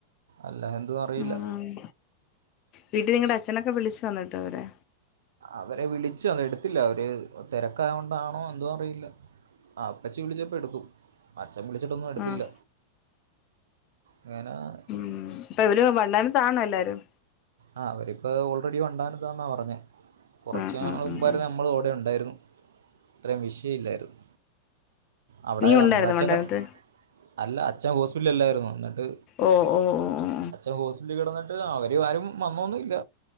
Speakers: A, on the right (about 65°); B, on the left (about 35°).
A: അല്ല എന്തും അറിയില്ല
B: ഉം വീട്ടിൽ നിങ്ങളുടെ അച്ഛനൊക്കെ വിളിച്ചു എന്നിട്ട് അവരെ
A: അവരെ വിളിച്ചു അത് എടുത്തില്ല അവര് തിരക്കായ കൊണ്ടാണോ എന്തോ അറിയില്ല ആഹ് അപ്പച്ചി വിളിച്ചപ്പോ എടുത്തു അച്ചൻ വിളിച്ചിട്ടൊന്നും എട്ത്തില്ല.
B: ആഹ്
A: ഇങ്ങനാ-
B: ഉം ഇപ്പൊ ഇവര് വണ്ടാന താണോ എല്ലാരും
A: ആഹ് അവരിപ്പോ ഓൾറെഡി ഉണ്ടായിര്ന്ന താന്ന പറഞ്ഞെ കുറച്ച്
B: ഉം
A: ന്നാൾ
B: ഉം
A: മുമ്പ
B: ഉം ഉം
A: ട്ട് നമ്മളും ഇവിടെ ഉണ്ടായിരുന്നു ഇത്രേം വിഷയം ഇല്ലായിരുന്നു. അവിടെ
B: നീ
A: ന്നമ്മടെ
B: ഉണ്ടായിരുന്നോ
A: അച്ഛൻ
B: വണ്ടാനത്ത്
A: കട് അല്ല അച്ഛൻ ഹോസ്പിറ്റലി ഇല്ലായിരുന്നു എന്ന്ട്ട്.
B: ഓ ഓ ഉം
A: അച്ഛൻ ഹോസ്പിറ്റലിൽ കിടന്നിട്ട് അവര് ആരും വന്നൊന്നുല്ല